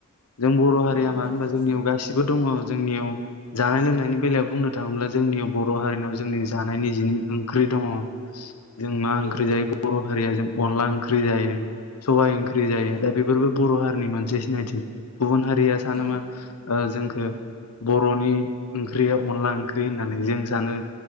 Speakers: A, on the left; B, on the right.
A: जों बर' हारिया
B: औ
A: मानो
B: नंगौ
A: होनबा जोंनियाव गासिबो दङ जोंनियाव जानाय लोंनायनि बेलायाव बुंनो थाङोब्ला जोंनियाव बर' हारिनाव जोंनि जानाय निजेनि ओंख्रि दङ। जों मा ओंख्रि
B: औ
A: जायो बर' हारिया जों अनला ओंख्रि जायो। सबाय ओंख्रि जायो
B: औ
A: दा बेफोरबो बर' हारिनि मोनसे सिनायथि। गुबुन हारिया सानो
B: औ
A: मा ओ जोंखो बर'नि ओंख्रिया अनला ओं ख्रि होननानै जों सानो